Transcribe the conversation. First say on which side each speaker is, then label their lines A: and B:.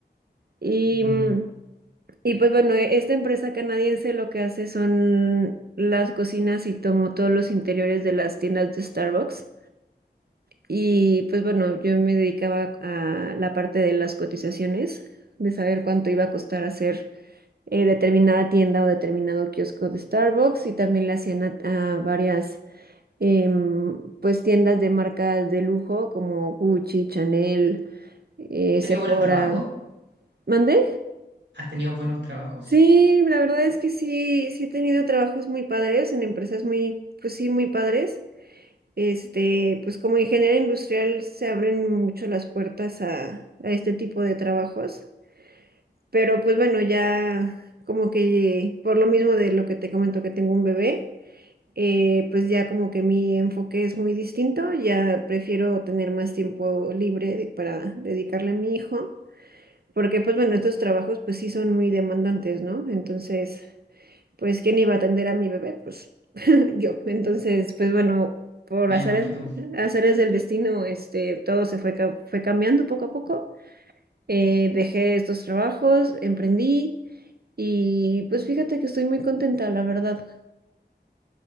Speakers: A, on the right; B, on the right.
A: Y,
B: Entiendo.
A: mm, y pues bueno, e- esta empresa canadiense lo que hace son las cocinas y tomó todos los interiores de las tiendas de Starbucks. Y pues bueno, yo me dedicaba a la parte de las cotizaciones, de saber cuánto iba a costar hacer eh, determinada tienda o determinado kiosco de Starbucks y también le hacían a, a varias em, pues tiendas de marcas de lujo como Gucci, Chanel, eh,
B: He
A: Sephora.
B: tenido buenos trabajos.
A: ¿Mandé?
B: Has tenido buenos trabajos.
A: Sí, la verdad es que sí, sí he tenido trabajos muy padres en empresas muy, pues sí, muy padres. Este, pues como ingeniera industrial se abren mucho las puertas a, a este tipo de trabajos, pero pues bueno, ya como que por lo mismo de lo que te comento que tengo un bebé, eh, pues ya como que mi enfoque es muy distinto, ya prefiero tener más tiempo libre de- para dedicarle a mi hijo, porque pues bueno, estos trabajos pues sí son muy demandantes, ¿no? Entonces, pues ¿quién iba a atender a mi bebé? Pues <laughs> yo. Entonces, pues bueno, por
B: Nadie
A: azares,
B: más que tú.
A: azares del destino, este, todo se fue, ca- fue cambiando poco a poco. Eh, dejé estos trabajos, emprendí y pues fíjate que estoy muy contenta, la verdad.